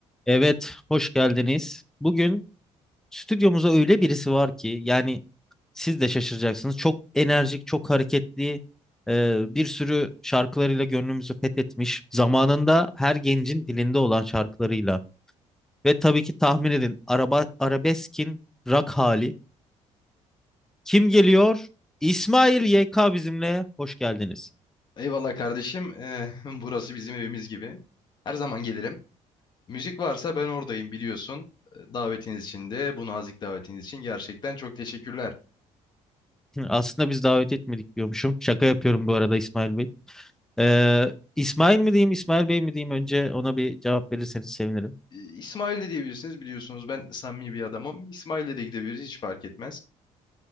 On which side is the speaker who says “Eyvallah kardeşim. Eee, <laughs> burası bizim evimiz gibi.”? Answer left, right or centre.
Left